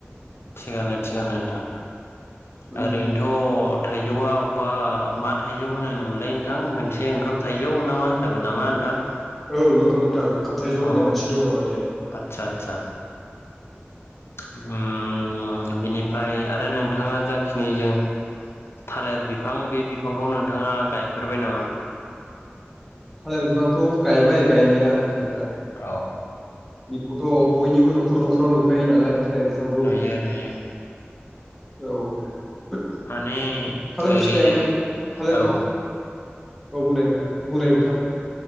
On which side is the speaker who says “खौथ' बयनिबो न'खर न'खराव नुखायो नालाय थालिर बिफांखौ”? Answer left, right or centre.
Centre